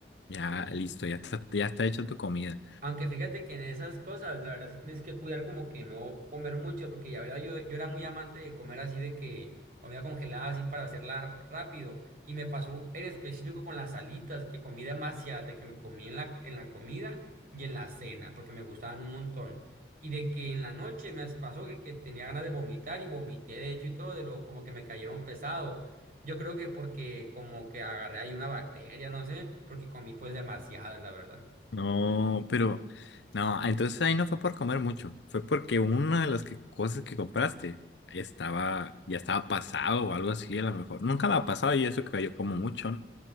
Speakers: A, on the left; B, on the right.
A: ya
B: Sí.
A: listo, ya está, ya está hecha tu comida.
B: Aunque fíjate que en esas cosas, la verdad sí tienes que cuidar como que no comer mucho, porque la verdad yo, yo era muy amante de comer así de que comida congelada así para hacerla rápido. Y me pasó en específico con las alitas, que comí demasiadas, de que me comí en la, en la comida y en la cena, porque me gustaban un montón. Y de que en la noche me pasó que, que tenía ganas de vomitar y vomité de hecho y todo, de lo como que me cayeron pesado. Yo creo que porque como que agarré ahí una bacteria, no sé, porque comí pues demasiadas, la verdad.
A: No, pero no, entonces ahí no fue por comer mucho, fue porque una de las que- cosas que compraste estaba, ya estaba pasado o algo así, a lo mejor. Nunca me ha pasado y eso que yo como mucho, ¿no?